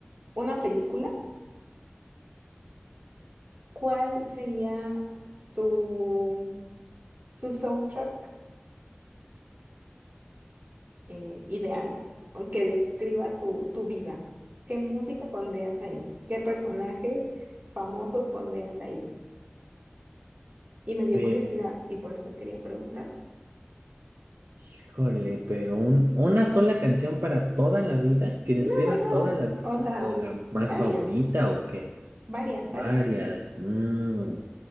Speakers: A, on the right; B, on the right.
A: una película, ¿cuál sería tu, tu soundtrack? eh, ideal o que describa tu, tu vida? ¿Qué música pondrías ahí? ¿Qué personajes famosos pondrías ahí? Y me dio
B: Pero,
A: curiosidad y por eso quería preguntarte.
B: híjole, pero un- una sola canción para toda la vida, que describa
A: No, no, no.
B: toda la vida,
A: O sea,
B: o la más
A: varias,
B: favorita, o qué?
A: varias,
B: Varias.
A: varias.
B: Mm.